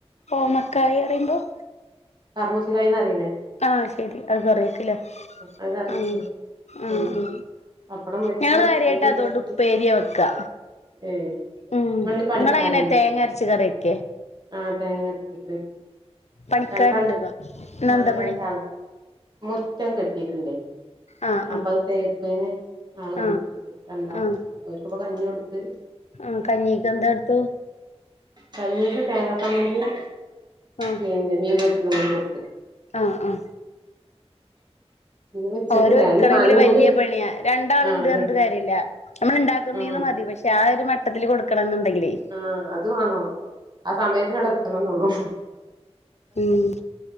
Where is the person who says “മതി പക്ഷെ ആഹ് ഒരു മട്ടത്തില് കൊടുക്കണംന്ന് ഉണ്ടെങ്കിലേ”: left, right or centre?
Left